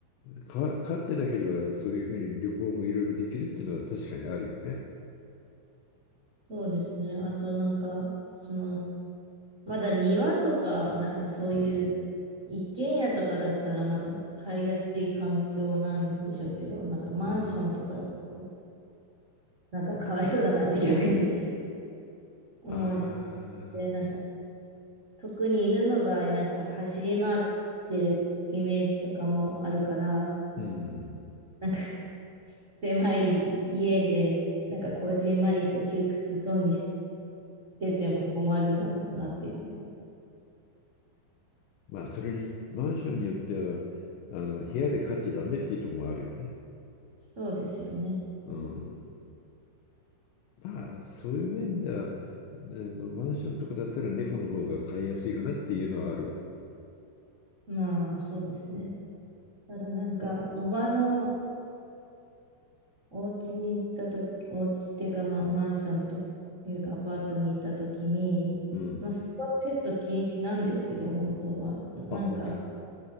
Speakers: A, on the left; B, on the right.
A: か飼ってなければ、そういうふうに旅行もいろいろできるっていうのは確かにあるよね。
B: そうですね。あとなんか、その、まだ庭とか、なんかそういう一軒家とかだったらまだ買いやすい環境なんでしょうけど、
A: うん。
B: なんかマンションとかだと、
A: うん。
B: なんかかわいそうだなって逆に <laughs> 思っ
A: ああ、
B: て、なんか特に犬の場合、なんか走り回ってるイメージとかもあるから、
A: うん。
B: なんか狭い家で、なんかこじんまりと窮屈そうにしてても困るだろうなっていうの。
A: まあ、それに、マンションによっては、あの、部屋で飼っちゃダメっていうところもあるよね。
B: そうですよね。
A: うん。まあ、そういう面では、あの、マンションとかだったら猫の方が飼いやすいかなっていうのはあるわ。
B: まあ、そうですね。ただなんか、おばのお家に行ったとき、お家っていうか、まあ、マンションというか、アパートにいたときに、
A: うん。
B: まあ、そこはペット禁止なんですけど、本当は。なんか、
A: あ、本